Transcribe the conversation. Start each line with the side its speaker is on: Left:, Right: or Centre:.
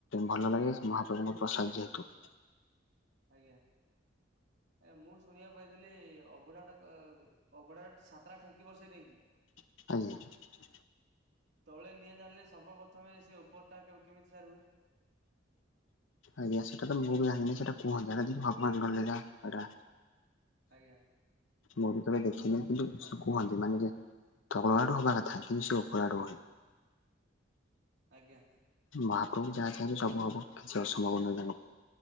Left: ଭଲ ଲାଗେ ମହାପ୍ରଭୁଙ୍କ ପ୍ରସାଦ ଯେହେତୁ।
Right: ଆଜ୍ଞା। ଏ ମୁଁ ଶୁଣିବାକୁ ପାଇଥିଲି ଅବଢାଟା ଅବଢାଟ ସତେ ଟା ଠେକି ବସେଇ ନେଇକି
Left: ଆଜ୍ଞା।
Right: ତଳେ ନିଆଁ ଜାଣିଲେ ସର୍ବପ୍ରଥମେ ସେ ଉପର ଟା କେମିତି ସାର ହୁଏ?
Left: ଆଜ୍ଞା ସେଇଟା ତ ମୁଁ ବି ଜାଣିନି ସେଟା କୁହନ୍ତିି, ଭଗବାନଙ୍କରେ ଯା ଏଇଟା
Right: ଆଜ୍ଞା।
Left: ମୁଁ ବି ତବେ ଦେଖିନି କିନ୍ତୁ କୁହନ୍ତି ମାନେ ଯେ ତଳ ଆଡୁ ହବା କଥା କିନ୍ତୁ ସେ ଉପରୁ ଆଡୁ ହୁଏ।
Right: ଆଜ୍ଞା।
Left: ମହାପ୍ରଭୁ ଯାହା ଯହାଛ ସବୁ ହବ କିଛି ଅସମ୍ଭବ ନହି ଜଣ